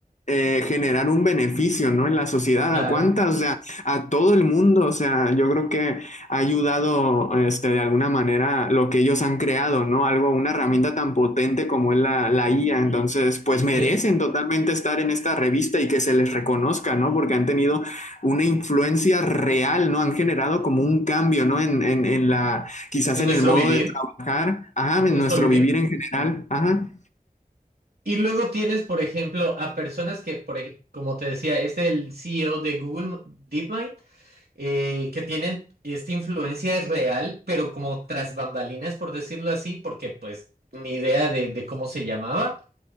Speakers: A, on the left; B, on the right.
A: eh, generar un beneficio, ¿no? En la sociedad,
B: claro,
A: ¿a cuántas? O sea, a todo el mundo, o sea, yo creo que ha ayudado, este, de alguna manera lo que ellos han creado, ¿no? Algo, una herramienta tan potente como es la, la IA, entonces, pues
B: sí.
A: merecen totalmente estar en esta revista y que se les reconozca, ¿no? Porque han tenido una influencia real, ¿no? Han generado como un cambio, ¿no? En, en, en la, quizás
B: En
A: en
B: nuestro
A: el modo
B: vivir,
A: de trabajar, ajá, en
B: en nuestro
A: nuestro
B: vivir.
A: vivir en general, ajá.
B: Y luego tienes, por ejemplo, a personas que, por ej- como te decía, es el CEO de Google DeepMind, eh, que tienen esta influencia real, pero como tras bambalinas, por decirlo así, porque pues ni idea de, de cómo se llamaba.